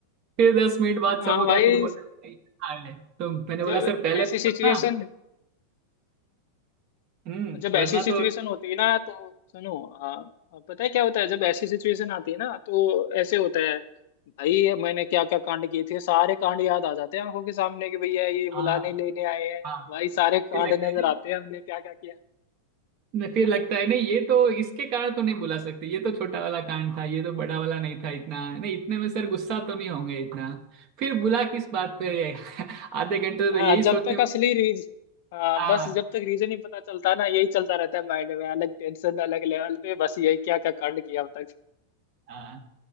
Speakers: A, on the right; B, on the left.
A: फिर दस मिनट बाद
B: हाँ
A: सब हो गया
B: भाई
A: फिर बोला "भाई, आए तो मैंने बोला
B: जब
A: सर पहले
B: ऐसी
A: बताना
B: सिचुएशन
A: हम्म
B: जब ऐसी
A: वरना
B: सिचुएशन
A: तो
B: होती है ना तो सुनो आ, पता है क्या होता है जब ऐसी सिचुएशन आती है ना तो ऐसे होता है भाई मैंने क्या क्या कांड किए थे सारे कांड याद आ जाते हैं आंखों के सामने कि भैया ये बुलाने
A: हाँ
B: लेने आए हैं
A: हाँ
B: भाई सारे कांड
A: फिर लगता
B: नजर
A: है
B: आते हैं हमने क्या क्या किया
A: न फिर लगता है नहीं ये तो इसके कारण तो नहीं बुला सकते ये तो छोटा वाला कांड था ये तो बड़ा वाला नहीं था इतना नहीं इतने में सर गुस्सा तो नहीं होंगे इतना फिर बुला किस बात पर है आधे घंटे तो
B: हाँ
A: यही
B: जब
A: सोचने
B: तक
A: में
B: असली रीज हाँ
A: हाँ
B: बस जब तक रीजन ही पता चलता ना यही चलता रहता है माइंड में अलग टेंशन अलग लेवल पे बस यही क्या क्या कांड किया अब तक
A: हाँ